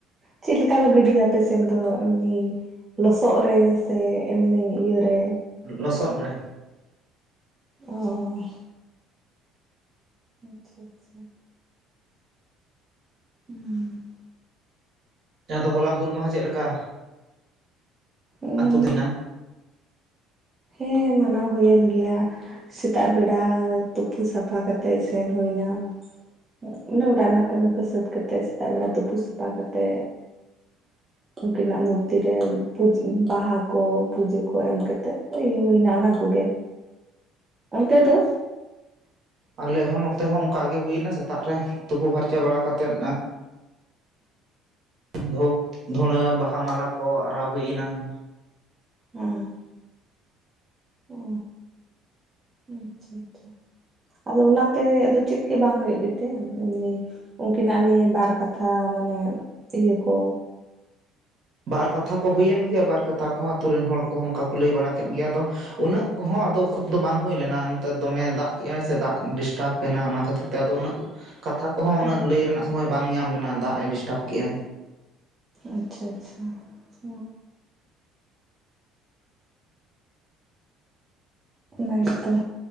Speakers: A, on the right (about 20°); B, on the right (about 50°).
A: ᱪᱮᱫ ᱞᱮᱠᱟ ᱠᱚ ᱜᱤᱰᱤᱭᱟ ᱟᱯᱮ ᱥᱮᱱ ᱫᱚ ᱮᱢᱱᱤ ᱞᱚᱥᱚᱜ ᱨᱮ ᱥᱮ ᱮᱢᱱᱤ ᱤᱭᱟᱹᱨ ᱨᱮ
B: ᱞᱚᱥᱚᱫ ᱨᱮ᱾
A: ᱚ ᱟᱪᱪᱷᱟ ᱟᱪᱪᱷᱟ᱾ ᱦᱩᱸ᱾
B: ᱟᱫᱚ ᱦᱚᱞᱟ ᱦᱩᱞ ᱢᱟᱦᱟ ᱪᱮᱫ ᱞᱮᱠᱟ?
A: ᱩᱸ
B: ᱟᱹᱛᱩ ᱫᱤᱱᱟ
A: ᱦᱮᱸ ᱢᱟᱱᱟᱣ ᱦᱩᱭᱮᱱ ᱜᱮᱭᱟ᱾ ᱥᱮᱛᱟᱜ ᱵᱮᱲᱟ ᱛᱩᱯᱩ ᱥᱟᱯᱷᱟ ᱠᱟᱛᱮ ᱥᱮᱱ ᱦᱩᱭᱱᱟ ᱾ ᱚᱱᱮ ᱚᱲᱟᱜ ᱨᱮᱱᱟᱜ ᱠᱟᱹᱢᱤ ᱠᱚ ᱥᱟᱹᱛ ᱠᱟᱛᱮ ᱥᱮᱛᱟᱜ ᱵᱮᱲᱟ ᱛᱩᱯᱩ ᱥᱟᱯᱷᱟ ᱠᱟᱛᱮ ᱩᱱᱠᱤᱱᱟᱜ ᱢᱩᱨᱛᱤ ᱨᱮ ᱵᱟᱦᱟ ᱠᱚ ᱯᱩᱡᱟᱹ ᱠᱚ ᱮᱢ ᱠᱟᱛᱮ ᱤᱭᱟᱹ ᱦᱩᱭᱱᱟ ᱚᱱᱟ ᱠᱚᱜᱮ ᱚᱱᱛᱮ ᱫᱚ
B: ᱟᱞᱮ ᱦᱚᱸ ᱱᱚᱛᱮ ᱦᱚᱸ ᱚᱱᱠᱟ ᱜᱮ ᱦᱩᱭᱮᱱᱟ ᱥᱮᱛᱟᱜ ᱨᱮ ᱛᱩᱯᱩ ᱯᱷᱟᱨᱪᱟ ᱵᱟᱲᱟ ᱠᱟᱛᱮᱫ ᱫᱷᱩᱯ ᱫᱷᱩᱸᱲᱟᱹ ᱵᱟᱦᱟ ᱢᱟᱞᱟ ᱠᱚ ᱟᱨᱟᱣ ᱦᱩᱭ ᱮᱱᱟ ᱾
A: ᱦᱮᱸ ᱚ ᱟᱪᱪᱷᱟ ᱟᱪᱪᱷᱟ ᱾ ᱟᱫᱚ ᱚᱱᱟᱛᱮ ᱟᱫᱚ ᱪᱮᱫ ᱜᱮ ᱵᱟᱝ ᱦᱩᱭᱩᱜ ᱜᱮᱛᱮ ᱮᱢᱱᱤ ᱩᱱᱠᱤᱱᱟᱜ ᱱᱤᱭᱮᱹ ᱵᱟᱨ ᱠᱟᱛᱷᱟ ᱢᱟᱱᱮ ᱤᱭᱟᱹ ᱠᱚ
B: ᱵᱟᱨ ᱠᱟᱛᱷᱟ ᱠᱚ ᱦᱩᱭᱮᱱ ᱜᱮᱭᱟ ᱵᱟᱨ ᱠᱟᱛᱷᱟ ᱠᱚᱦᱚᱸ ᱟᱛᱩ ᱨᱮᱱ ᱦᱚᱲ ᱠᱚᱦᱚᱸ ᱚᱱᱠᱟ ᱠᱚ ᱞᱟᱹᱭ ᱵᱟᱲᱟ ᱠᱮᱫ ᱜᱮᱭᱟ ᱟᱫᱚ ᱩᱱᱟᱹᱜ ᱠᱚᱦᱚᱸ ᱟᱫᱚ ᱠᱷᱩᱵᱽ ᱫᱚ ᱵᱟᱝ ᱦᱩᱭ ᱞᱮᱱᱟ ᱱᱚᱛᱮ ᱫᱚᱢᱮ ᱫᱟᱜ ᱠᱮᱼᱜᱟᱭ ᱥᱮ ᱫᱟᱜ ᱰᱤᱥᱴᱟᱵᱮᱱᱟ ᱚᱱᱟ ᱠᱷᱟᱹᱛᱤᱨ ᱛᱮ ᱟᱫᱚ ᱩᱱᱟᱹᱜ ᱠᱟᱛᱷᱟ ᱠᱚᱦᱚᱸ
A: ᱦᱩᱸ
B: ᱩᱱᱟᱹᱜ ᱞᱟᱹᱭ ᱨᱮᱱᱟᱜ ᱥᱚᱢᱚᱭ ᱵᱟᱝ ᱧᱟᱢ ᱞᱮᱱᱟ ᱫᱟᱜ ᱮ ᱰᱤᱥᱴᱟᱵᱽ ᱠᱮᱜᱼᱟᱭ ᱾
A: ᱟᱪᱪᱷᱟ ᱟᱪᱪᱷᱟ ᱾ ᱚ ᱚᱱᱟ ᱜᱮ ᱛᱚ